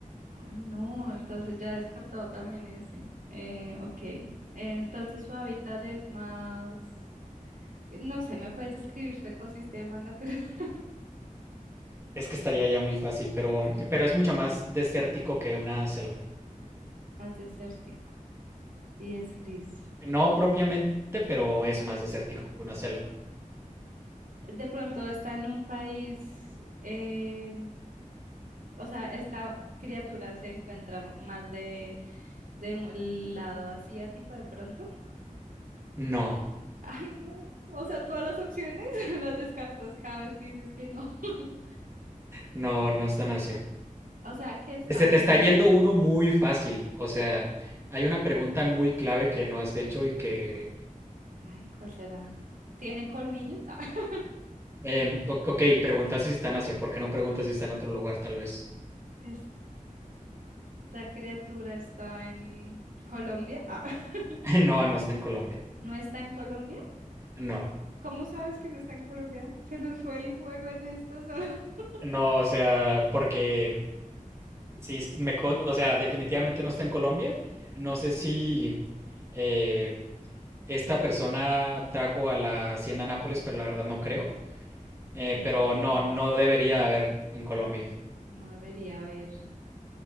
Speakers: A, on the right; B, on the right.
A: Ay, no, entonces ya he descartado también ese. Eh, ok, entonces su hábitat es más, no sé, ¿me puedes describir su ecosistema natural? <laughs>
B: Es que estaría ya muy fácil, pero,
A: Sí.
B: pero es mucho más desértico que una selva.
A: Más desértico y es gris.
B: No propiamente, pero es más desértico que una selva.
A: De pronto está en un país, eh, o sea, esta criatura se encuentra más de del lado asiático de pronto. <laughs>
B: No,
A: Ay, no. O sea, todas las opciones <laughs> las descartas cada vez que dices que no. <laughs>
B: no,
A: No.
B: no es tan Asia.
A: O sea, que es fácil
B: Se te está
A: de
B: yendo
A: encontrar.
B: uno muy fácil. O sea, hay una pregunta muy clave que no has hecho y que...
A: Ay, ¿cuál será? ¿Tiene colmillos? Ah, <laughs>
B: em, o- ok, preguntas si está en Asia. ¿Por qué no preguntas si está en otro lugar, tal vez?
A: Esta criatura está en Colombia. Ah, <laughs>
B: <laughs> No, no está en Colombia.
A: ¿No está en Colombia?
B: No.
A: ¿Cómo sabes que no está en Colombia? Se nos fue el juego en esta zona. <laughs>
B: No, o sea, porque Sí, es- me, co- o sea, definitivamente no está en Colombia. No sé si eh, esta persona trajo a la hacienda Nápoles, pero la verdad no creo. Eh,
A: Mm,
B: pero no, no debería de haber en Colombia.
A: no debería haber.